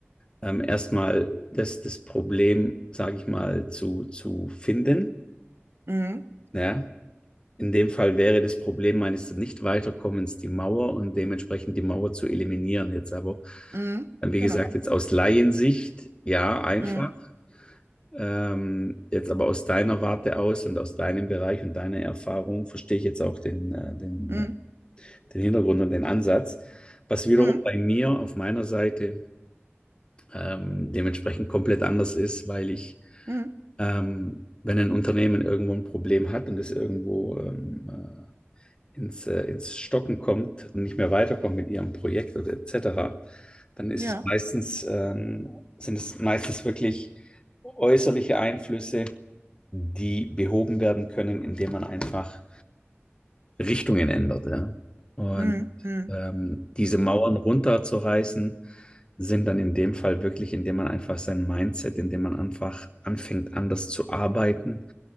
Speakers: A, on the left; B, on the right.
A: ähm, erstmal das, das Problem, sage ich mal, zu, zu finden.
B: Mhm.
A: Ja? In dem Fall wäre das Problem meines Nicht-Weiterkommens die Mauer und dementsprechend die Mauer zu eliminieren. Jetzt aber,
B: Mhm.
A: ähm, wie
B: Genau.
A: gesagt, jetzt aus Laiensicht, ja, einfach.
B: Mhm.
A: Ähm, jetzt aber aus deiner Warte aus und aus deinem Bereich und deiner Erfahrung verstehe ich jetzt auch den, äh, den,
B: Mhm.
A: äh, den Hintergrund und den Ansatz. Was wiederum
B: Mhm.
A: bei mir auf meiner Seite ähm, dementsprechend komplett anders ist, weil ich,
B: Mhm.
A: ähm, wenn ein Unternehmen irgendwo ein Problem hat und es irgendwo ähm, äh, ins, äh, ins Stocken kommt und nicht mehr weiterkommt mit ihrem Projekt oder etc., dann ist
B: Ja.
A: es meistens, ähm, sind es meistens wirklich äußerliche Einflüsse, die behoben werden können, indem man einfach Richtungen ändert. Ja. Und
B: Mhm. Mhm.
A: ähm, diese Mauern runterzureißen, sind dann in dem Fall wirklich, indem man einfach sein Mindset, indem man einfach anfängt, anders zu arbeiten,